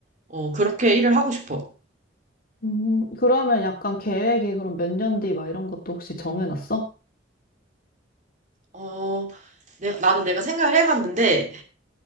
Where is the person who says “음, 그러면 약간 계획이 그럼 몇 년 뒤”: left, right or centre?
Left